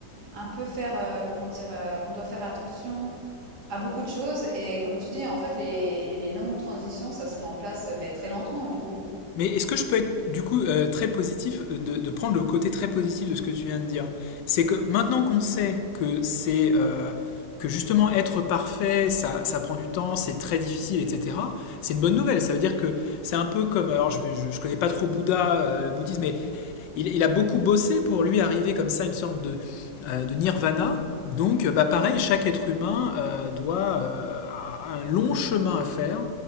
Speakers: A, on the right; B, on the left.
A: Un peu faire, heu, comment dire? Heu, on doit faire attention à beaucoup de choses et comme tu dis, en fait, les les longues transitions, ça se met en place, heu, mais très lentement, du coup.
B: Mais est-ce que je peux être du coup euh, très positif, euh, de, de prendre le côté très positif de ce que tu viens de dire? C'est que maintenant qu'on sait que c'est euh, que justement être parfait, ça, ça prend du temps, c'est très difficile, etc. C'est une bonne nouvelle. Ça veut dire que c'est un peu comme, alors je, vais- je, je connais pas trop Bouddha, euh, le bouddhisme, mais il, il a beaucoup bossé pour lui arriver comme ça à une sorte de, euh, de nirvana. Donc, euh, bah, pareil, chaque être humain euh, doit euh, a un long chemin à faire.